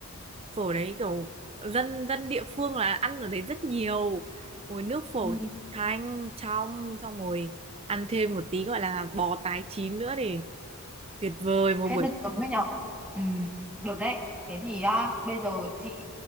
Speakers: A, on the right; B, in the centre.
A: phở đấy kiểu dân dân địa phương là ăn ở đấy rất nhiều rồi nước phở
B: ừ.
A: thì thanh trong xong rồi ăn thêm một tí gọi là bò tái chín nữa thì tuyệt vời một
B: hết
A: buổi
B: nước chấm đấy nhở ừ được đấy thế thì à, bây giờ chị